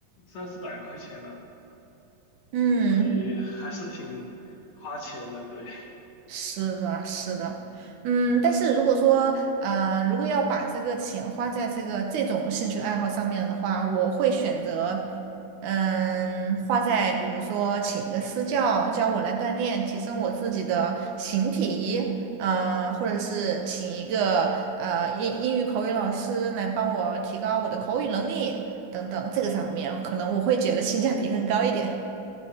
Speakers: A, on the left (about 60°); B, on the right (about 75°).
A: 三四百块钱呢，
B: 嗯，
A: 所以还是挺花钱的，对。<laughs>
B: 是的，是的，嗯，但是如果说，呃，如果要把这个钱花在这个这种兴趣爱好上面的话，我会选择，嗯，花在比如说请一个私教教我来锻炼，提升我自己的形体，嗯、或者是请一个呃英英语口语老师来帮我提高我的口语能力等等，这个上面可能我会觉得性价比更高一点。